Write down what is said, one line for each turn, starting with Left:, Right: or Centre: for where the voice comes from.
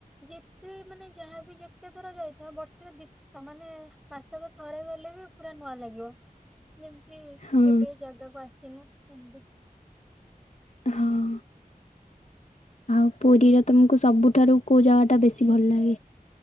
Centre: ଯେତେ ମାନେ ଯାହା ବି ଯେତେ ଥର ଯାଇ ତା ବର୍ଷରେ ଦି ତା ମାନେ ମାସକ ଥରେ ଗଲେ ବି ପୁରା ନୂଆ ଲାଗିବ। ଯେମିତି
Left: ହଁ
Centre: କେବେ ଏଇ ଜାଗାକୁ ଆସିନୁ ସେମିତି।
Left: ହଁ। ଆଉ ପୁରୀର ତମକୁ ସବୁଠାରୁ କୋଉ ଜାଗା ଟା ବେଶୀ ଭଲ ଲାଗେ?